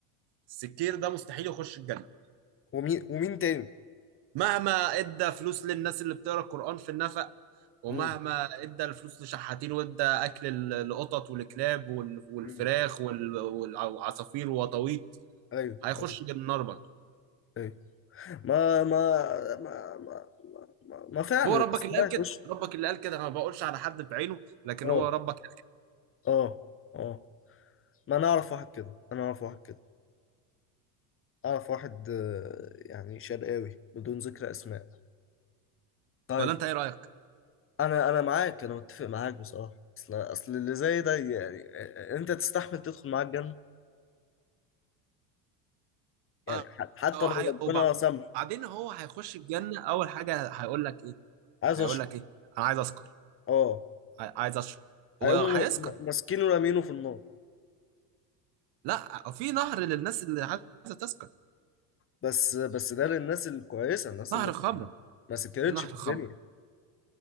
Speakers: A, on the right; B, on the left.
A: السكير ده مستحيل يخش الجنة
B: ومين ومين تاني
A: مهما ادى فلوس للناس اللي بتقرا القرآن في النفق ومهما
B: امم
A: ادى الفلوس لشحاتين وادى اكل ال- القطط والكلاب وال- والفراخ
B: امم
A: وال- والعصافير وطاويط
B: ايوه
A: هيخش
B: ايوه
A: النار برضه
B: ايوه ما ما ما ما ما, ما فعلا
A: هو ربك
B: بس
A: اللي قال
B: ده يخش
A: كده ربك اللي قال كده انا ما بقولش على حد بعينه لكن
B: اه
A: هو ربك
B: اه اه ما انا اعرف واحد كده انا اعرف واحد كده اعرف واحد آه، يعني شرقاوي بدون ذكر اسماء طيب
A: ولا انت ايه رايك
B: انا انا معاك انا متفق معاك بصراحه اصل اصل اللي زي ده يعني آه، انت تستحمل تدخل معاه الجنه يعني
A: آه،
B: ح- حتى
A: آه،
B: لو
A: هي- وبعدين
B: ربنا سامح
A: هو هيخش الجنه اول حاجه هيقول لك ايه
B: عايز
A: هيقول
B: اشرب
A: لك ايه انا عايز اسكر
B: اه
A: عاي- عايز اشرب وهيسكر
B: هيقوموا م- ماسكينه ورامينه في النار
A: لا في نهر للناس اللي عايزه تسكر
B: بس بس ده للناس الكويسه الناس
A: نهر
B: اللي
A: خمره
B: ما سكرتش
A: في نهر
B: في الدنيا
A: خمره